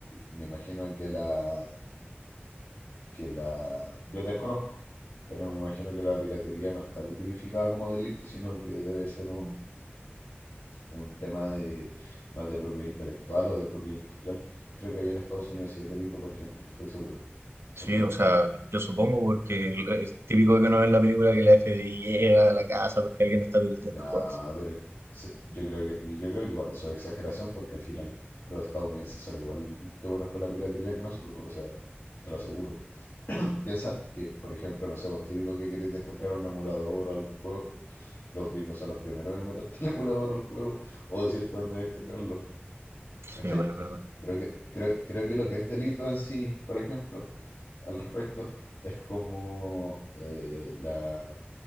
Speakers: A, on the left; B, on the right.
A: me imagino que la... que la... Yo desconozco, pero me imagino que la piratería no está tipificada como delito, sino que debe ser un, un tema de más de propiedad intelectual o de propiedad industrial. Creo que allá en Estados Unidos sí es delito, por ejemplo, no estoy seguro.
B: Sí,
A: Tendríamos
B: o sea,
A: que ver.
B: yo supongo porque es típico que uno ve en la película que la FBI llega a la casa porque alguien está piloteando
A: No,
B: cosas.
A: pero se- yo creo que, yo creo que igual eso es exageración porque al final los estadounidenses son igual de buenos con la piratería que nosotros, o sea, te lo aseguro. Piensa que, por ejemplo, no sé, vos típico que querés descargar un emulador o algún juego, los gringos son los primeros en meterte el <laughs> emulador al juego o decirte dónde descargarlo,
B: Sí,
A: ¿cachai?
B: vale, es verdad.
A: Creo que, creo, creo que lo que es delito en sí, por ejemplo, al respecto, es como eh, la,